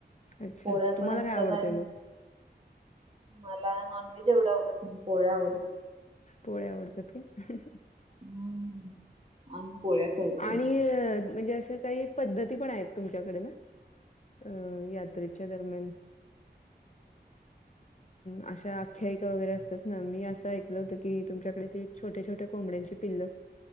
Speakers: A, on the left (about 40°); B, on the right (about 30°).
A: अच्छा
B: पोळ्या
A: तुम्हाला
B: पण असतात
A: काय आवडतंय
B: आणि
A: मग
B: मला नॉनव्हेज एवढं आवडत नाही पोळ्या आवडतात
A: पोळ्या आवडतात काय?
B: हम्म आम्ही पोळ्या करतोय.
A: आणि म्हणजे असं काही पद्धती पण आहेत तुमच्याकडे ना? अं यात्रेच्या दरम्यान अशा आख्यायिका वगैरे असतात ना मी असं ऐकलं होतं कि तुमच्याकडे ते छोट्या छोट्या कोंबड्यांची पिल्ल